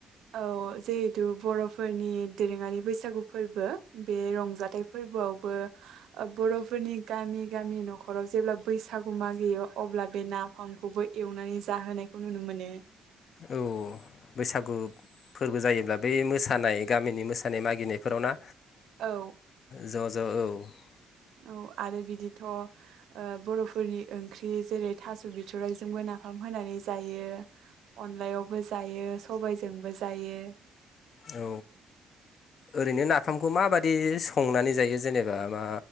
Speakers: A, on the right (about 80°); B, on the left (about 55°).
A: औ जिहेतु बर'फोरनि दोरोङारि बैसागु फोरबो। बे रंजाथाइ फोरबोआवबो ओब बर'फोरनि गामि गामि न'खराव जेब्ला बैसागु मागियो अब्ला बे नाफामखौबो एवनानै जाहोनायखौ नुनो मोनो।
B: औ बैसागु फोरबो जायोब्ला बे मोसानाय गामिनि मोसानाय मागिनायफोराव ना?
A: औ
B: ज' ज'
A: औ आरो बिदिथ' ओ बर' फोरनि ओंख्रि जेरै थास' बिथ'राइजोंबो नाफाम होनानै जायो। अनलायावबो जायो सबाइ जोंबो जायो।
B: औ ओरैनो नाफामखौ माबादि संनानै जायो जेनेबा मा